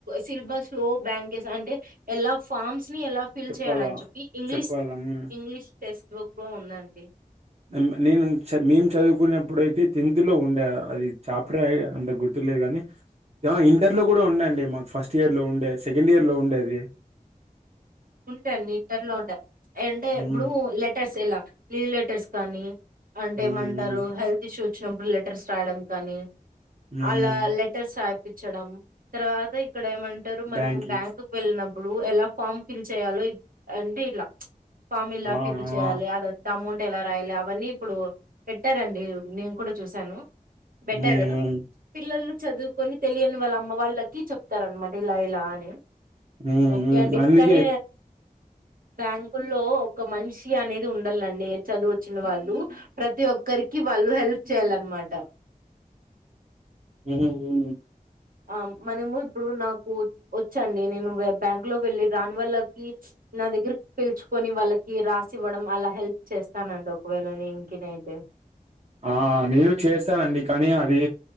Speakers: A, on the right; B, on the right.
A: సిలబస్ స్లో బ్యాంకెస్ అంటే ఎలా ఫామ్స్ ఎలా ఫీల్
B: చెప్పాల
A: చేయాలని చెప్పి ఇంగ్లీష్
B: చెప్పాల ఉమ్
A: ఇంగ్లీష్ టెస్క్ బుక్ ఉందండి
B: మెము నేను మేము చదువుకున్నప్పుడుయితే టెన్త్ లో ఉండే అది చాప్టర్ అంత గుర్తులేదు కానీ ఇంటర్ లో కూడా ఉండేండి మాకు ఫస్ట్ ఇయర్ లో ఉండే సెకండ్ ఇయర్ లో ఉండేది
A: ఉండే అండి ఇంటర్ లో ఉండే అంటే
B: హ్మ్.
A: ఇప్పుడు లెటర్స్ ఎలా లీవ్ లెటర్స్ కానీ అంటే
B: హ్మ్.
A: ఏమంటారు
B: హ్మ్.
A: హెల్త్ ఇషు చూచి వచ్చినప్పుడు లెటర్స్ రాయడం కానీ
B: హ్మ్.
A: అలా లెటర్స్ రా ఇచ్చడం తర్వాత ఇక్కడ ఏమంటారు మనము
B: బ్యాంకింగ్.
A: బ్యాంక్ వెళ్ళిన ఇప్పుడు ఎలా ఫమ్ ఫిల్ చేయాలో అంటే ఇట్లా ఫామ్ ఎలా
B: ఆ!
A: ఫిల్ చేయాలి
B: ఆ!
A: అదంతా అమౌంట్ ఎలా రాయాలి అవన్నీ ఇప్పుడు పెట్టారండి నేను కూడా చూసాను బెటర్
B: హ్మ్. హ్మ్.
A: పిల్లలు చదువుకొని తెలియని వాళ్ళ అమ్మ వాళ్ళకి చెప్తారన్నమాట ఇలా ఇలా అని
B: ఊ
A: ఓకే
B: ఊ
A: అండి.
B: అన్ని
A: కానీ బ్యాంకుల్లో ఓ ఒక మనిషి అనేది ఉండాలండి చదువు వచ్చిన వాళ్ళు ప్రతి ఒక్కరికి వాళ్ళు హెల్ప్ చేయాలన్నమాట
B: ఉహు ఊ
A: ఆ మనము ఇప్పుడు నాకు వచ్చండి నేను బ్యాంక్ లో వెళ్ళి రాని వాళ్ళకి నా దగ్గర పిలుచుకొని వాళ్ళకి రాసి ఇవ్వడం అలా హెల్ప్ చేస్తానండి ఒకవేళ నేను ఇంకెన్ అయితే
B: ఆ నేను చేస్తానండి కానీ అది